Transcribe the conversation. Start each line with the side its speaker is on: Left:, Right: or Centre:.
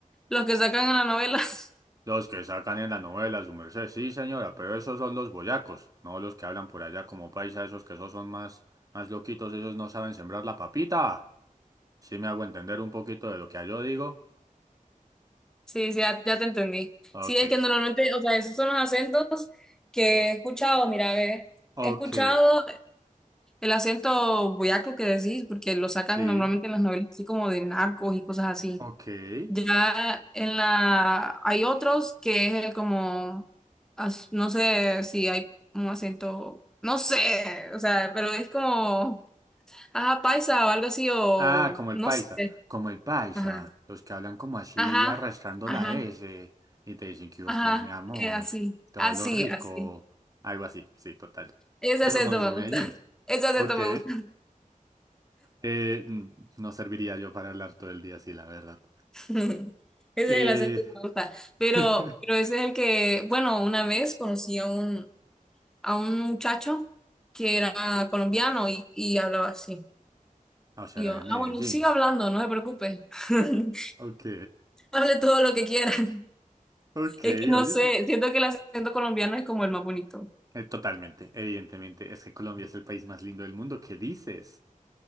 Centre: los que sacan en las novelas. <laughs>
Right: Los que sacan en la novela, su merced. Sí, señora, pero esos son los boyacos, no los que hablan por allá como paisa, esos que esos son más, más loquitos, esos no saben sembrar la papita. Sí me hago entender un poquito de lo que yo digo.
Centre: Sí, sí, ya, ya te entendí.
Right: Ok,
Centre: Sí, es que normalmente, o sea, esos son los acentos que he escuchado, mira, ve,
Right: ok,
Centre: he escuchado el acento boyaco que decís, porque lo sacan
Right: sí,
Centre: normalmente en las novelas, así como de narcos y cosas así.
Right: ok.
Centre: Ya en la hay otros que es el como as- no sé si hay un acento, no sé, o sea, pero es como ajá, paisa o algo así o
Right: Ah, como el
Centre: no
Right: paisa,
Centre: sé.
Right: como el paisa,
Centre: Ajá.
Right: los que hablan como así
Centre: Ajá.
Right: arrastrando
Centre: Ajá.
Right: la S y te dicen que yo,
Centre: Ajá.
Right: pues mi amor,
Centre: eh, así.
Right: todo
Centre: Así,
Right: lo rico,
Centre: así.
Right: algo así, sí, total.
Centre: Ese
Right: Esos
Centre: acento
Right: son los
Centre: me
Right: de Medellín.
Centre: gusta. <laughs> Ese acento
Right: Ok.
Centre: me gusta.
Right: Eh, n- no serviría yo para hablar todo el día así, la verdad.
Centre: <laughs> Ese es
Right: Eh,
Centre: el acento que me gusta.
Right: <laughs>
Centre: Pero pero ese es el que, bueno, una vez conocí a un a un muchacho que era colombiano y, y hablaba así.
Right: Aushara
Centre: Y yo,
Right: de
Centre: ah,
Right: Medellín.
Centre: bueno, siga hablando, no se preocupe. <laughs>
Right: Ok,
Centre: Hable todo lo que quiera. <laughs>
Right: ok,
Centre: Es que no
Right: oye,
Centre: sé,
Right: súper.
Centre: siento que el acento colombiano es como el más bonito.
Right: Eh, totalmente, evidentemente. Es que Colombia es el país más lindo del mundo. ¿Qué dices?